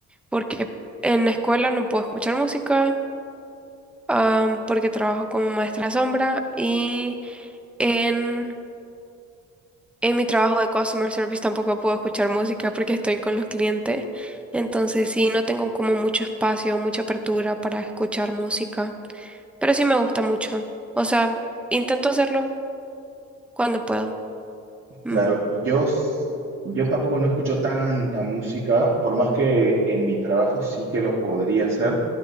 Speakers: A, in the centre; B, on the right.
A: porque en la escuela no puedo escuchar música, am, porque trabajo como maestra sombra y en En mi trabajo de customer service tampoco puedo escuchar música porque estoy con los clientes. Entonces sí, no tengo como mucho espacio, mucha apertura para escuchar música. Pero sí me gusta mucho. O sea, intento hacerlo cuando puedo. Ujú.
B: Claro, yo, s- yo tampoco no escucho tanta música, por más que en mi trabajo sí que lo podría hacer,